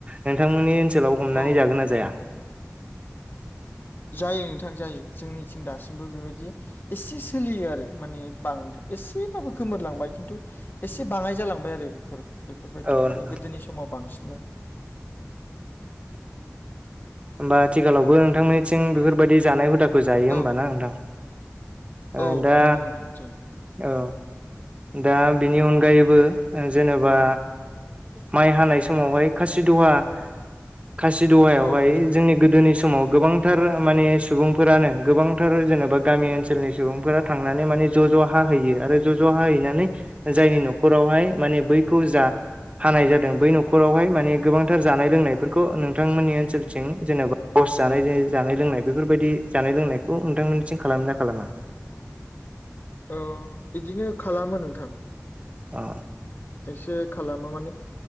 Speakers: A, on the right; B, on the left.
A: नोंथांमोननि ओनसोलाव हमनानै
B: औ
A: जागोन ना जाया
B: जायो नोंथां जायो जोंनिथिं दासिमबो बेबायदि एसे सोलियो आरो माने बां एसेबाबो गोमोरलांबाय खिन्थु एसे बाङाय जालांबाय आरो बेफोर बेफोरबायदि
A: औ
B: माने
A: नोंथां
B: गोदोनि समाव बांसिनमोन
A: होमबा आथिखालावबो नोंथांनिं बेफोरबायदि जानाय हुदाखौ गोजायो होमबाना
B: औ
A: नोंथां ओ
B: औ
A: दा
B: नंगौ नोंथां जायो
A: औ दा बिनि अनगायैबो जेनेबा माइ हानाय समावहाय द खासि दहा खासि दहायावहाय
B: औ नोंथां
A: जोंनि गोदोनि समाव गोबांथार माने सुबुंफोरानो गोबांथार जेनेबा गामि ओनसोलाव ओनसोलनि सुबुंफोरा थांनानै माने ज' ज' हा होयो आरो ज' ज' जहा हैनानै जायनि न'खरावहाय माने बैखौ जा हानाय जादों बै न'खरावहाय माने गोबांथार जानाय लोंनायफोरखौ नोंथांमोननि ओनसोलथिं जेनेबा बस जानाय जानाय लोंनाय बेफोरबायदि जानाय लोंनायखौ नोंथांमोननिथिं खालामो ना खालामा
B: औ बिदिनो खालामो नोंथां
A: अ
B: एसे खालामो माने